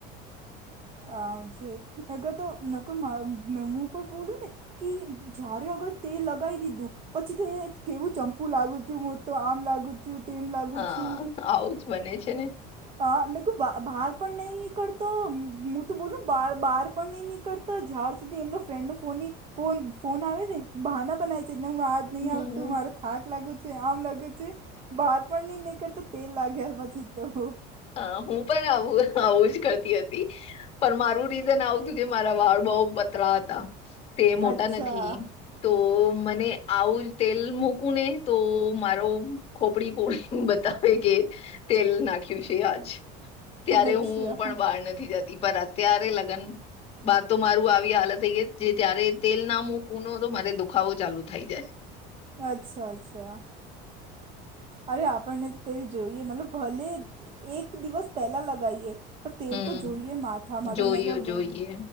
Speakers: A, on the right (about 30°); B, on the left (about 30°).
A: હ છે નગર તો કોઈ હું પણ બોલું ને- - કે જ્યારે અગર તેલ લગાવી દીધું- - પછી તો એ કેવું ચંપુ લાગુ છું હું તો આમ લાગુ- - તેમ લાગું
B: હા
A: છું.
B: આવું જ બને છે ને
A: હ નક બહાર પણ નહી નીકડ તો- - હું તો બોલું બાર બહાર પણ નહીં નીકળતા જ્યાર સુધી એમનો ફ્રેન્ડનો ફોનની- - ફોન ફોન આવે બહાના બનાય- - હું આજ નહી
B: હમ
A: આવતું મારો થાક લાગુ છે આમ લાગુ છે બહાર પણ નહી ને- - તો તેલ લાગ્યા પછી તો
B: હ હું પણ આવું આવું જ કરતી હતી પણ મારું રીઝન આવું હતું કે મારા વાળ બઉ પતરા હતા તે મોટા
A: અચ્છા
B: નથી તો મને આવું જ તેલ મૂકું ને તો મારો ખોપડી પોળી બતાવે કે તેલ નાંખ ખ્યુ છે આજ ત્યારે
A: અચ્છા
B: હું પણ બહાર નથી જતી પણ અત્યારે લગન બાદ તો મારું આવી હાલત થઈ ગઈ તે ત્યારે તેલ ના મુકુનો હતો મારે દુખાવો ચાલુ થઈ જાય
A: અચ્છા, અચ્છા, અચ્છા. અરે આપણને ત તેલ જોઈએ મતલબ ભલે એક દિવસ પહેલા લગાઈએ પણ તેલ
B: હમ
A: તો જોઈએ માથામાં
B: જોઈએ
A: તો નકર
B: જોઈએ